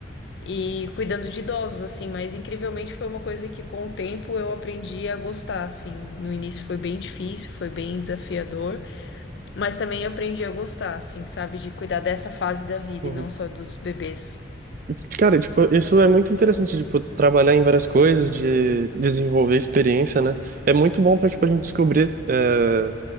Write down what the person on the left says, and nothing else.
e cuidando de idosos, assim, mas incrivelmente foi uma coisa que com o tempo eu aprendi a gostar, assim. No início foi bem difícil, foi bem desafiador, mas também aprendi a gostar, assim, sabe, de cuidar dessa fase da vida
e não só dos bebês.